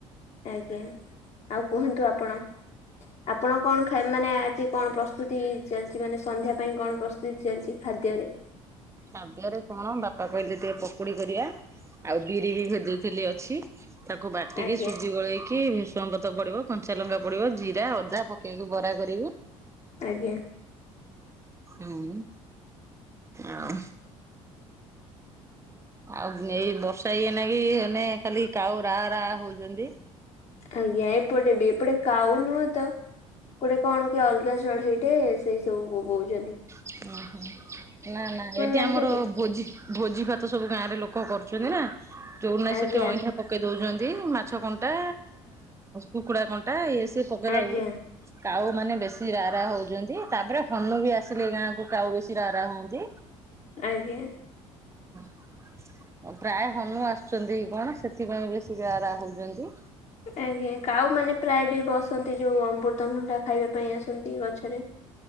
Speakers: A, on the left; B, on the right.
A: ଆଜ୍ଞା ଆଉ କୁହନ୍ତୁ ଆପଣ? ଆପଣ କଣ ଖାଇ ମାନେ ଆଜି କଣ ପ୍ରସ୍ତୁତି ଚାଲିଚି ମାନେ ସନ୍ଧ୍ୟା ପାଇଁ କଣ ପ୍ରସ୍ତୁ ଚାଲିଚି ଖାଦ୍ୟରେ।
B: ପାଗରେ କଣ ବାପା କହିଲେ ଟିକେ ପକୁଡି କରିବା ଆଉ ବିରି ବି ଭେଜେଇଥିଲି ଅଛି। ତାକୁ ବାଟିକି
A: ଆଜ୍ଞା
B: ସୁଜି ଗୋଳେଇକି ରଙ୍ଗତ ପଡିବ କଞ୍ଚା ଲଙ୍କା ପଡିବ ଜିରା ଅଦା ପକେଇକି ବରା କରିକି
A: ଆଜ୍ଞା।
B: ହୁଁ- ଆଉ ଆଉ ଏଇ ବର୍ଷା ଇଏ ନାକିି ଏଇନେ ଖାଲି କାଉ ରା ରା ହଉଚନ୍ତି।
A: ଆଜ୍ଞା ଏପଟେ ବି ଏପଟେ କାଉ ନୁଁହ ତ ଗୋଟେ କଣ କି ଅଲଗା ଚଢେଇଟେ ସେଇ ସବୁ ବୋବୋଉଛନ୍ତି।
B: ହିଁ ଓହୋ। ନା- ନା ଏଠି
A: ଜାଣିଛନ୍ତି?
B: ଆମର ଭୋଜି -ଭୋଜି ଭାତ ସବୁ ଗାଁରେ ଲୋକ କରୁଚନ୍ତି ନା। ଯୋଉ ଠି ନାହିଁ
A: ଆଜ୍ଞା
B: ସେଠି ଅଇଁଠା ପକେଇ ଦଉଛନ୍ତି ମାଛ କଣ୍ଟା କୁକୁଡା କଣ୍ଟା ଇଏ ସ ପକେଇଲା
A: ଆଜ୍ଞା
B: ବେଳୁ କାଉ ମାନେ ବେଶୀ ରା ରା ହଉଚନ୍ତି ତାପରେ ହନୁ ବି ଆସ୍ ଆସିଲେ ଗାଁ କୁ କାଉ ବେଶୀ ରା ରା ହୁଅନ୍ତି।
A: ଆଜ୍ଞା।
B: <unintelligible> ପ୍ରାୟେ ହନୁ ଆସୁଚନ୍ତି କଣ ସେଥିପାଇଁ ବେଶୀ ରା -ରା ହଉଚନ୍ତି।
A: ଆଜ୍ଞା କାଉ ମାନେ ପ୍ରାୟ ବି ବସନ୍ତି ଯୋଉ ଅମୃତଭଣ୍ଡା ଖାଇବା ପାଇଁ ଆସନ୍ତି ଗଛରେ।